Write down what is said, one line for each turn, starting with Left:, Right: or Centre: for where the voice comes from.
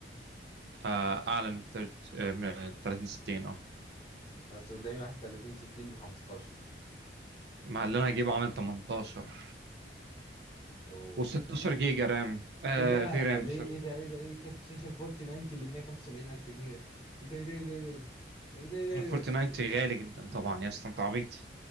Right: آه اعلى من 30 آه 60 اه
Left: بس قدامي واحد 30 60 ب 15
Right: مع اللي انا
Left: 15
Right: هجيبه عامل 18
Left: اوه
Right: و16 جيجا رام آه
Left: ايه ده
Right: في رام
Left: ليه
Right: سوري
Left: ايه ده ايه ده ايه كارت شاشه ال 4090 اللي ب 175 الف جنيه ده ايه ده ايه ده ايه ده ايه
Right: 4090
Left: ده
Right: غالي جدا طبعا يا اسطى انت عبيط